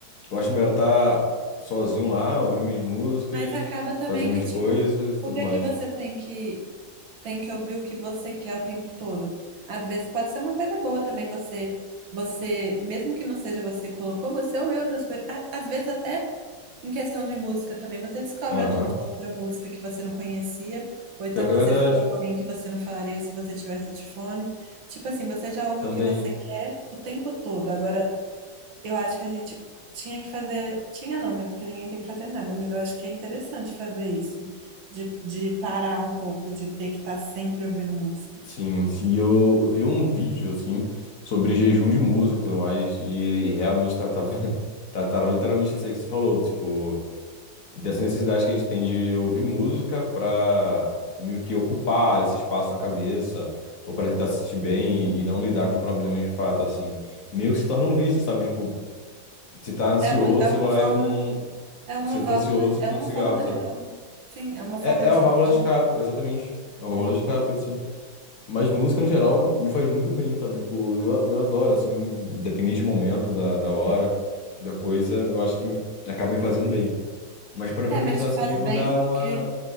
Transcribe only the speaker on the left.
eu acho melhor estar sozinho lá, ouvindo minhas músicas,
fazendo
minhas
coisas e
tudo
mais.
Aham.
Pior que
é verdade.
Também.
Sim, sim, eu vi um vídeo assim sobre jejum de música e tudo mais, e ele realmente tratava, <laughs> tratava literalmente isso aí que você falou, tipo, dessa necessidade que a gente tem de ouvir música pra meio que ocupar esse espaço na cabeça, ou pra tentar se sentir bem e, não lidar com problemas de fato, assim. Meio que se torna um vício, sabe? Tipo, você tá ansioso,
você vai lá
e fuma um.
Você
tá ansioso e
fuma
um cigarro,
sabe?
É, é
uma válvula
de escape, exatamente. É uma válvula
de escape, assim. Mas música, no geral, me faz muito bem, sabe? Tipo, eu, eu adoro, assim, independente do momento, da, da hora, da coisa, eu acho que me- acaba me fazendo bem. Mas parando
pra pensar
assim,
eu vou
dar
uma,